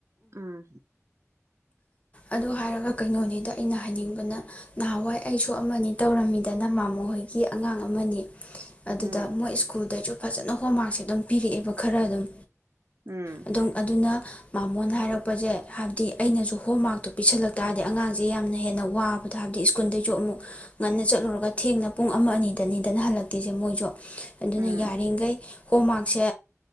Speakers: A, on the right; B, on the left.
A: ꯎꯝ
B: ꯑꯗꯨ ꯍꯥꯏꯔꯒ ꯀꯩꯅꯣꯅꯤꯗ ꯑꯩꯅ ꯍꯥꯏꯅꯤꯡꯕꯅ ꯅꯍꯥꯟꯋꯥꯏ ꯑꯩꯁꯨ ꯑꯃꯅꯤ ꯇꯧꯔꯝꯃꯤꯗꯅ ꯃꯥꯃꯣ ꯍꯣꯏꯒꯤ ꯑꯉꯥꯡ ꯑꯃꯅꯤ ꯑꯗꯨꯗ
A: ꯎꯝ
B: ꯃꯣꯏ ꯁ꯭ꯀꯨꯜꯗꯁꯨ ꯐꯖꯅ ꯍꯣꯝꯃꯥꯔꯁꯦ ꯑꯗꯨꯝ ꯄꯤꯔꯛꯑꯦꯕ ꯈꯔ ꯑꯗꯨꯝ
A: ꯎꯝ
B: ꯑꯗꯨꯝ ꯑꯗꯨꯅ ꯃꯥꯃꯣꯅ ꯍꯥꯏꯔꯛꯄꯁꯦ ꯍꯥꯏꯕꯗꯤ ꯑꯩꯅꯁꯨ ꯍꯣꯝꯋꯥꯛ ꯄꯤꯁꯜꯂꯛꯇꯥꯔꯗꯤ ꯑꯉꯥꯡꯁꯦ ꯌꯥꯝꯅ ꯍꯦꯟꯅ ꯋꯥꯕꯗꯣ ꯍꯥꯏꯕꯗꯤ ꯁ꯭ꯀꯨꯜꯗꯩꯁꯨ ꯑꯃꯨꯛ ꯉꯟꯅ ꯆꯠꯂꯨꯔꯒ ꯊꯦꯡꯅ ꯄꯨꯡ ꯑꯃ ꯑꯅꯤꯗꯅꯤꯗꯅ ꯍꯜꯂꯛꯇꯤꯁꯦ ꯃꯣꯏꯁꯨ ꯑꯗꯨꯅ
A: ꯎꯝ
B: ꯌꯥꯔꯤꯈꯩ ꯍꯣꯝꯃꯥꯛꯁꯦ